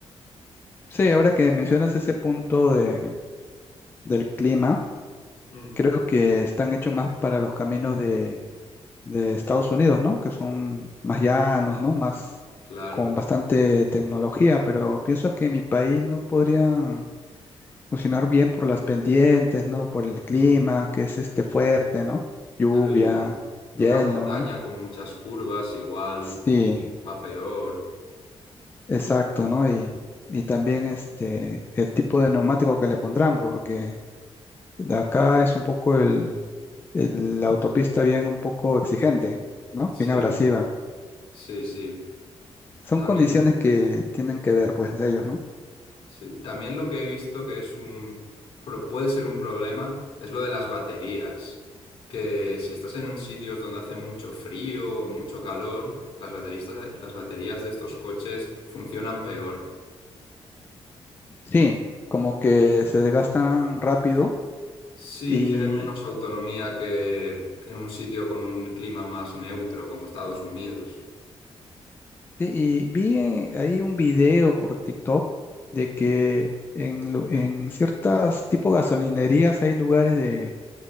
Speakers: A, on the left (about 20°); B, on the left (about 60°).
A: Sí, ahora que mencionas ese punto de, del clima,
B: Mm,
A: creo que están hechos más para los caminos de Estados Unidos, ¿no? Que son más llanos, ¿no? Más
B: Claro.
A: con bastante tecnología, pero pienso que en mi país no podrían funcionar bien por las pendientes, ¿no? Por el clima,
B: Mm,
A: que es este fuerte, ¿no? Lluvia,
B: claro, y en, un-
A: hielo,
B: en una montaña
A: ¿no?
B: con muchas curvas, igual
A: Sí,
B: va peor.
A: exacto, ¿no? Y, y también este, el tipo de neumático que le pondrán, porque de acá es un poco el, el- la autopista bien un poco exigente, ¿no?
B: Sí,
A: Bien abrasiva.
B: sí, sí.
A: Son
B: También,
A: condiciones que tienen que ver, pues, de ellos, ¿no?
B: sí, También lo que he visto que es un, pro- puede ser un problema es lo de las baterías. Que si estás en un sitios donde hace mucho frío o mucho calor, las bateristas, las baterías de estos coches funcionan peor.
A: Sí, como que se desgastan rápido
B: Sí,
A: y,
B: tienen menos autonomía que en un sitio con un clima más neutro como Estados Unidos.
A: sí, y vi eh, ahí un video por TikTok de que en, lu- en ciertas tipo gasolinerías hay lugares de,